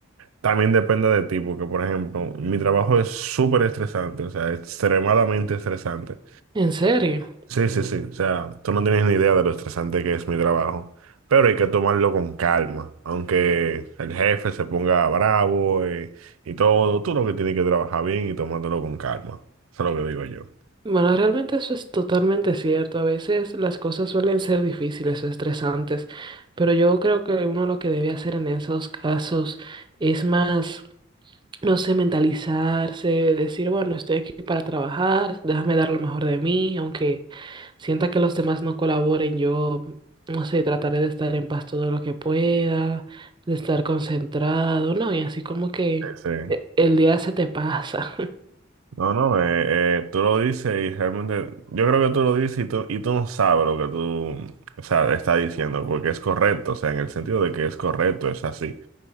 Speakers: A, on the right; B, on the right.
A: también depende de ti, porque por ejemplo, mi trabajo es súper estresante, o sea, extremadamente estresante.
B: En serio.
A: Sí, sí, sí. O sea, tú no tienes ni idea de lo estresante que es mi trabajo. Pero hay que tomarlo con calma. Aunque el jefe se ponga bravo eh, y, todo, tú lo que tienes que trabajar bien y tomártelo con calma. Eso es lo que digo yo.
B: Bueno, realmente eso es totalmente cierto. A veces las cosas suelen ser difíciles o estresantes, pero yo creo que uno lo que debe hacer en esos casos es más, no sé, mentalizarse, decir, bueno, estoy aquí para trabajar, déjame dar lo mejor de mí, aunque sienta que los demás no colaboren, yo, no sé, trataré de estar en paz todo lo que pueda, de estar concentrado, ¿no? Y así como que
A: Sí. sí.
B: eh, el día se te pasa.
A: No, no, eh, eh, tú lo dices y realmente, yo creo que tú lo dices y tú, y tú no sabes lo que tú, o sea, estás diciendo, porque es correcto, o sea, en el sentido de que es correcto, es así.